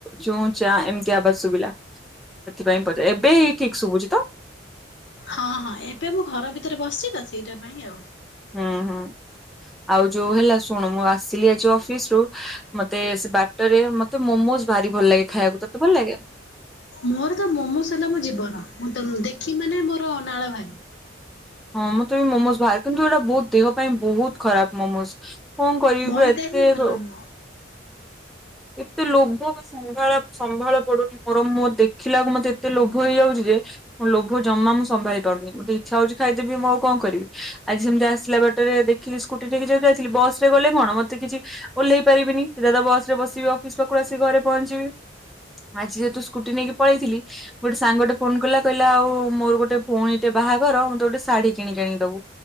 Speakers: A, in the centre; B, on the left.
A: ଚୁଁ ଚାଁ ଏମତି ଆବାଜ୍ ଶୁଭିଲା ସେଥିପାଇଁ ପଚା ଏବେ ଏଇ ଠିକ୍ ଶୁଭୁଛି ତ।
B: ହଁ ହଁ ଏବେ ମୁଁ ଘର ଭିତରେ ବସିଛି ତ ସେଇଟା ପାଇଁ ଆଉ।
A: ହୁଁ ହୁଁ ଆଉ ଯୋଉ ହେଲା ଶୁଣୁ ମୁଁ ଆସିଲି ଆଜି ଅଫିସ୍ ରୁ ମତେ ସେ ବାଟରେ ମତେ ମୋମୋସ୍ ଭାରି ଭଲ୍ ଲାଗେ ଖାଇବାକୁ ତତେ ଭଲ୍ ଲାଗେ?
B: ମୋର ତ ମୋମୋସ୍ ହେଲା ମୋ ଜୀବନ ମୁଁ ତ ଦେଖିଵ୍ ମାନେ ମୋର ନାଳ ଭାରିବ।
A: ହଁ ମୋତେ ବି ମୋମୋଜ୍ ବାହାର କିନ୍ତୁ ଏଇଟା ବହୁତ ଦେହ ପାଇଁ ବହୁତ୍ ଖରାପ୍ ମୋମୋଜ୍। କଣ କରିବି
B: ମଇଦା
A: ବା ଏତେ
B: ହିଁ ଭଲ
A: ହୁଁ
B: ନୁହଁ
A: ଏତେ ଲୋଭ ବା ସମ୍ଭାଳ ସମ୍ଭାଳ ପଡୁନି ମୋର ମୋ ଦେଖିଲାକୁ ମତେ ଏତେ ଲୋଭ ହେଇଯାଉଛି ଯେ ଲୋଭ ଜମା ମୁଁ ସମ୍ଭାଳି ପାରୁନି ମୋତେ ଇଚ୍ଛା ହଉଛି ଖାଇଦେବି ମୁଁ ଆଉ କଣ୍ କରିବି ଆଜି ସେମିତି ଆସିଲା ବାଟରେ ଦେଖିକି ସ୍କୁଟି ନେଇକି ଯଉ ଯାଇଥିଲି ବସ୍ ରେ ଗଲେ କଣ୍ ମତେ କିଛି ଓହ୍ଲେଇ ପାରିବିନି ସିଧା ତ ବସ୍ ରେ ବସିବି ଅଫିସ୍ ପାଖରୁ ଆସିି ଘରେ ପହଞ୍ଚିବି ଆଜି ଯେହେତୁ ସ୍କୁଟି ନେଇକି ପଳେଇଥିଲି ଗୋଟେ ସାଙ୍ଗଟେ ଫୋନ୍ କଲା କହିଲା ଆଉ ମୋର ଗୋଟେ ଭଉଣୀଟେ ବାହାଘର ଗୋଟେ ଶାଢୀ କିଣିକି ଆଣିକି ଦବୁ